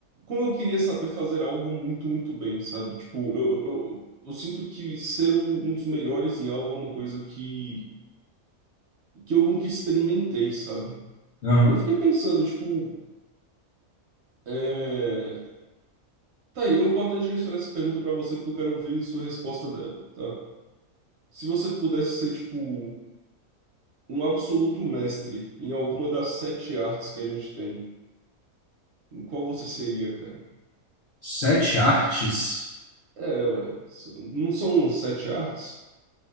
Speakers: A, on the right (about 65°); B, on the left (about 65°).
A: como eu queria saber fazer algo muito, muito bem, sabe? Tipo, eu, eu, eu, eu sinto que ser o- um dos melhores em algo é uma coisa que, que eu nunca experimentei, sabe?
B: Aham.
A: E eu fiquei pensando, tipo, é... Tá aí, eu vou até direcionar essa pergunta pra você porque eu quero ouvir sua resposta dela, tá? Se você pudesse ser, tipo, um absoluto mestre em alguma das sete artes que a gente tem, em qual você seria, cara?
B: Sete artes?
A: É, ué. s- Não são sete artes?